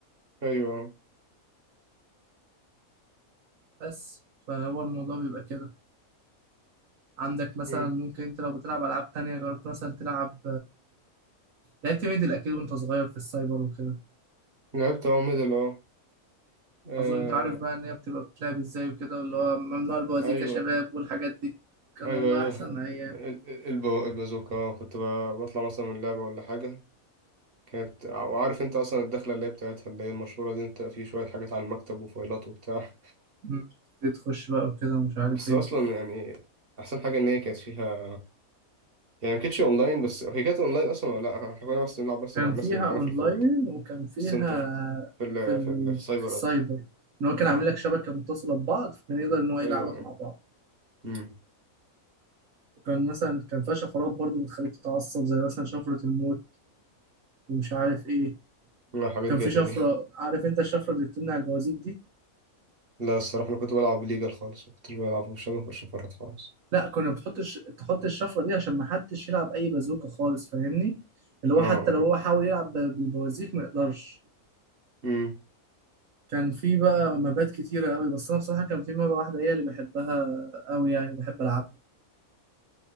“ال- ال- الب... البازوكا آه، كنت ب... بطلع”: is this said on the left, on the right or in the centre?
Right